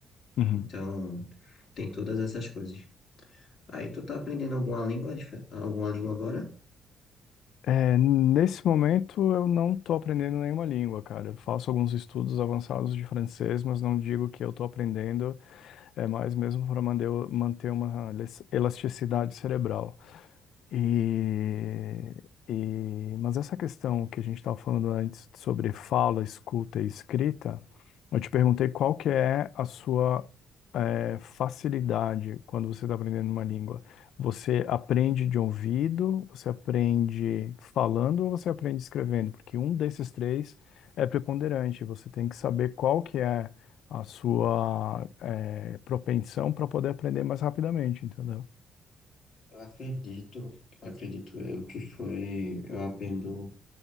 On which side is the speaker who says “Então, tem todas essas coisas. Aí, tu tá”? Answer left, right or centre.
Left